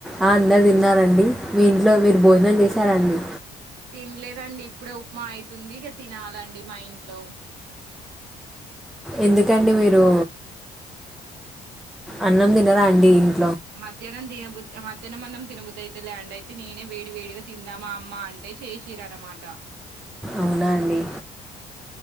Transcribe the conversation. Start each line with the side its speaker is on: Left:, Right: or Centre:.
Centre: ఆ అందరు తిన్నారండి
Right: హుహు.
Centre: మీ ఇంట్లో మీరు భోజనం చేశారండి
Right: తినలేదండి ఇప్పుడే ఉప్మా అవుతుంది ఇక తినాలండి మా ఇంట్లో
Centre: ఎందుకండి మీరు అన్నం తినరాా అండి ఇంకా
Right: మధ్యాహ్నం దిన బుద్ధి మధ్యాహన అన్నం తినబద్దు అయితే ల్యాండి అయితే నేనే వేడి వేడిగా తిందామా అమ్మ అంటే చేసిరనమాట
Centre: అవునా అండి